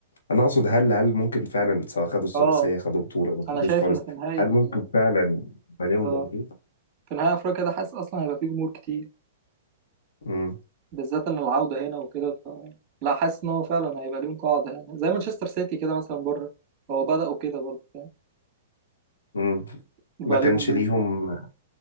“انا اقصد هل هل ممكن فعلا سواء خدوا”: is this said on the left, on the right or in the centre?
Left